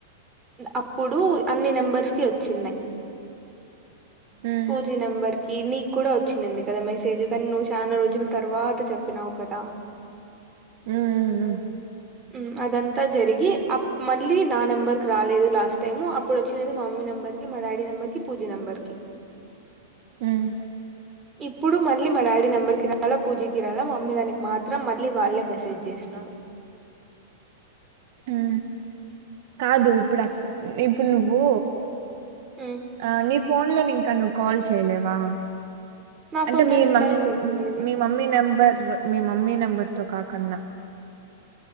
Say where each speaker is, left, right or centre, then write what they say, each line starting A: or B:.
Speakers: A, on the right; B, on the right.
A: అప్పుడు అన్ని నెంబర్స్ కి వచ్చిన్నాయి.
B: ఉమ్
A: పూజినంబర్ ఇన్ని కి కూడా వచ్చింది కదా మెసేజ్. కానీ నువ్వు చాలా రోజుల తర్వాత చెప్పినావు కదా.
B: ఉ ఉ ఉ
A: ఉ అదంతా జరిగి ఆప్ మళ్ళీ నా నెంబర్కి రాలేదు. లాస్ట్ టైము అప్పుడు వచ్చినది మా మమ్మీ నెంబర్కి, మా డాడీ నెంబర్కి, పూజీ నెంబర్కి.
B: ఉమ్
A: ఇప్పుడు మళ్ళీ మడాలి నెంబర్కి రాలా, పూజీకి రాల, మమ్మీ దానికి మాత్రం మళ్ళీ వాళ్ళే మెసేజ్ చేసినారు.
B: ఉ కాదు ఇప్పుడు అస్
A: మ్,
B: ఇప్పుడు
A: మ్,
B: నువ్వు
A: మ్.
B: ఆ నీ ఫోన్ లో నింకా నువ్వు కాల్ చేయలేవా?
A: నా ఫోన్లోని
B: అంటే మీ
A: ఇంకానే
B: మమ్
A: చేసిండేది
B: మీ మమ్మీ నెంబర్స్ మీ మమ్మీ నెంబర్ తో కాక కన్నా